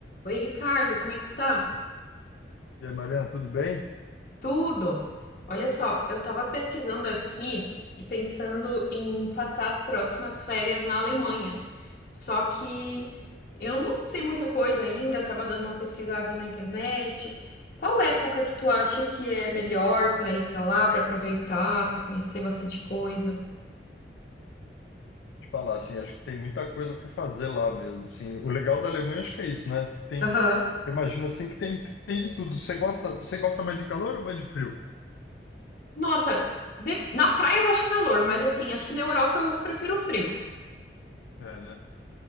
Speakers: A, on the left (about 50°); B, on the left (about 90°).
A: Oi, Ricardo, como é que tu tá?
B: E aí, Mariana, tudo bem?
A: Tudo? Olha só, eu tava pesquisando aqui e pensando em passar as próximas férias na Alemanha. Só que eu não sei muita coisa ainda, tava dando uma pesquisada na internet. Qual época que tu acha que é melhor pra ir pra lá, pra aproveitar, pra conhecer bastante coisa?
B: Te falar assim, acho que tem muita coisa para fazer lá mesmo. Assim, o legal da Alemanha acho que é isso, né? Tem,
A: Aham.
B: eu imagino assim que tem, tem de tudo. Você gosta, você gosta mais de calor ou mais de frio?
A: Nossa, de- na praia eu gosto de calor, mas assim, acho que na Europa eu prefiro frio.
B: É, né?